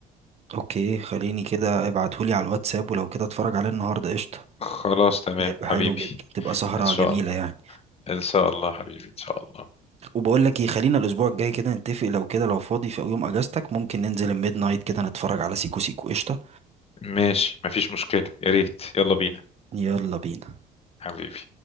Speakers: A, on the right; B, on the left.
A: اوكي خليني كده ابعتهولي على الواتساب ولو كده اتفرج عليه النهارده قشطه
B: خلاص تمام
A: ده يبقى
B: حبيبي
A: حلو جدا تبقى سهرة
B: ان شاء
A: جميلة
B: الله
A: يعني
B: ان شاء الله حبيبي ان شاء الله
A: وبقول لك ايه خلينا الاسبوع الجاي كده نتفق لو كده لو فاضي في يوم اجازتك ممكن ننزل الميد نايت كده نتفرج على سيكو سيكو قشطه
B: ماشي مفيش مشكلة يا ريت يلا بينا
A: يلا بينا
B: حبيبي